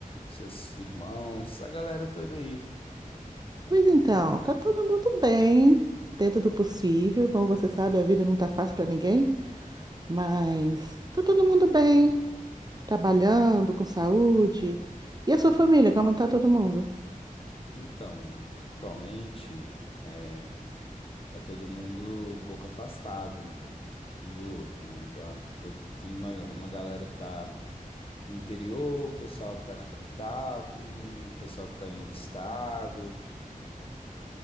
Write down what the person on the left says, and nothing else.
seus irmãos, a galera toda aí.
Então, atualmente, eh, tá todo mundo um pouco afastado um do outro, né? Tá, to- tem uma, uma galera que tá no interior, um pessoal que tá na capital, tem um pessoal que tá em outro estado.